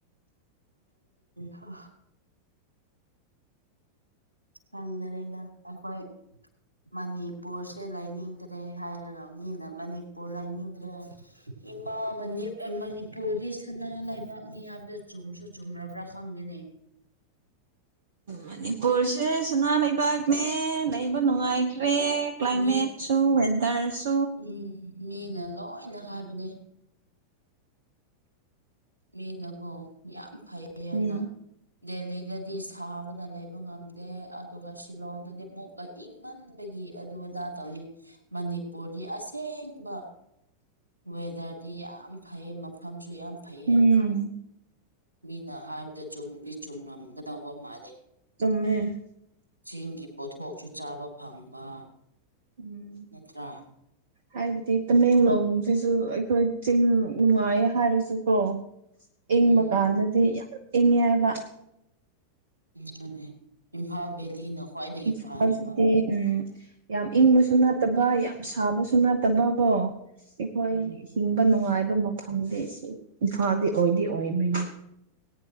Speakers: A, on the right (about 80°); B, on the right (about 60°).
A: ꯍ ꯐꯪꯗꯔꯦꯗ ꯑꯩꯈꯣꯏ ꯃꯅꯤꯄꯨꯔꯁꯦ ꯂꯩꯅꯤꯡꯗ꯭ꯔꯦ ꯍꯥꯏꯔꯒ ꯃꯤꯅ ꯃꯅꯤꯄꯨꯔ ꯂꯩꯅꯤꯡꯗ꯭ꯔꯦ ꯏꯃꯥ ꯃꯅꯤꯄꯨꯔꯗꯤ ꯁꯅꯥ ꯂꯩꯕꯥꯛꯅꯤ ꯍꯥꯏꯕꯗ ꯆꯨꯝꯁꯨ ꯆꯨꯝꯔꯕ꯭ꯔꯥ ꯈꯪꯗꯦꯅꯦ
B: ꯃꯅꯤꯄꯨꯔꯁꯦ ꯁꯅꯥ ꯂꯩꯕꯥꯛꯅꯦ ꯂꯩꯕ ꯅꯨꯡꯉꯥꯏꯈ꯭ꯔꯦ ꯀ꯭ꯂꯥꯏꯃꯦꯠ
A: ꯃꯤ
B: ꯁꯨꯋꯦꯗꯔꯁ
A: ꯎꯝ ꯃꯤꯅ ꯂꯣꯏꯅ ꯍꯥꯏꯕꯅꯦ ꯃꯤꯅꯀꯣ ꯌꯥꯝ ꯐꯩꯑꯅ
B: ꯎꯝ
A: ꯗꯦꯜꯂꯤꯗꯗꯤ ꯁꯥꯕꯅ ꯂꯩꯕ ꯉꯝꯗꯦ ꯑꯗꯨꯒ ꯁꯤꯂꯣꯡꯗꯗꯤ ꯃꯨꯛ ꯏꯪꯃꯟꯕꯒꯤ ꯑꯗꯨ ꯑꯗꯥ ꯇꯧꯏ ꯃꯅꯤꯄꯨꯔꯗꯤ ꯑꯁꯦꯡꯕ ꯋꯦꯗꯔꯗꯤ ꯌꯥꯝ ꯐꯩ ꯃꯐꯝꯁꯨ ꯌꯥꯝ ꯐꯩ ꯍꯥꯏꯅꯀꯣ
B: ꯎꯝ
A: ꯃꯤꯅ ꯍꯥꯏꯕꯗ ꯆꯨꯝꯗꯤ ꯆꯨꯝꯔꯝꯒꯗꯧꯕ ꯃꯥꯜꯂꯦ
B: ꯁꯃꯦ
A: ꯆꯁꯤꯡꯒꯤꯒꯤ ꯄꯣꯠꯊꯣꯛꯁꯨ ꯆꯥꯕ ꯐꯪꯕ
B: ꯎꯝ
A: ꯅꯠꯇ꯭ꯔꯥ
B: ꯍꯥꯏꯕꯗꯤ ꯇꯃꯦꯡꯂꯣꯡꯁꯤꯁꯨ ꯑꯩꯈꯣꯏ ꯆꯤꯡ ꯅꯨꯡꯉꯥꯏ ꯍꯥꯏꯔꯁꯨꯀꯣ ꯏꯪꯕ
A: ꯎꯝ
B: ꯀꯥꯟꯗꯗꯤ ꯏꯪꯉꯦ ꯍꯥꯏꯕ
A: ꯎꯝꯅꯦ ꯏꯝꯐꯥꯜ ꯕꯦꯂꯤꯅ ꯈ꯭ꯋꯥꯏꯗꯒꯤ
B: ꯏꯝꯐꯥꯜꯁꯤꯗꯤ
A: ꯐꯔꯦꯕ
B: ꯎꯝ ꯌꯥꯝ ꯏꯪꯕꯁꯨ ꯅꯠꯇꯕ ꯌꯥꯝ ꯁꯥꯕꯁꯨ ꯅꯠꯇꯕ ꯀꯣ ꯍꯣꯏ
A: ꯎꯝ
B: ꯍꯤꯡꯕ ꯅꯨꯡꯉꯥꯏꯕ ꯃꯐꯝꯗꯤ ꯏꯝꯐꯥꯜꯗꯤ ꯑꯣꯏꯗꯤ ꯑꯣꯏꯕꯅꯤ